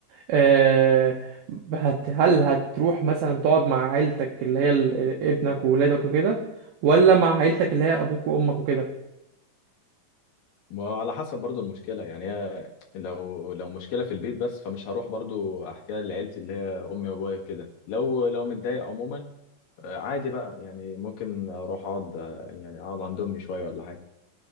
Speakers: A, on the right; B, on the left.
A: أه هت هل هتروح مثلا تقعد مع عيلتك اللي هي ال- ال- ابنك وولادك وكده ولا مع عيلتك اللي هي ابوك وامك وكده
B: ما على حسب برضو المشكلة يعني هي لو لو مشكلة في البيت بس فمش هروح برضو أحكيها لعيلتي اللي هي أمي وأبويا كده لو لو متضايق عموما آه، عادي بقى يعني ممكن أروح أقعد آه، يعني أقعد عند أمي شوية ولا حاجة